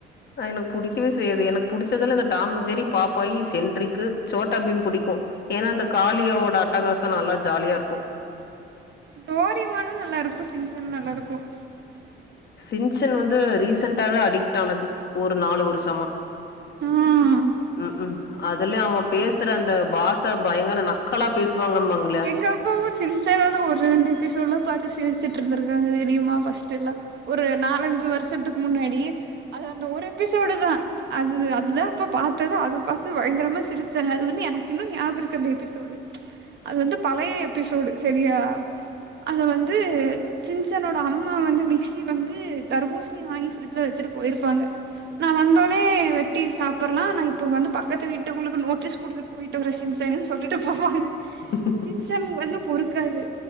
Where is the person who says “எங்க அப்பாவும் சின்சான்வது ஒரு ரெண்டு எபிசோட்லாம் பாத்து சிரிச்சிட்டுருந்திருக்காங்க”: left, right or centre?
Right